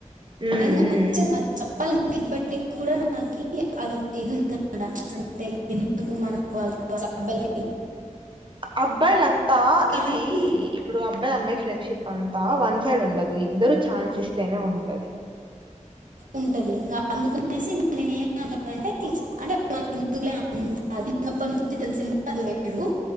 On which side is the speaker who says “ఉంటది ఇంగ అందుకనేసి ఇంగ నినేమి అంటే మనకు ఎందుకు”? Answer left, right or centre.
Right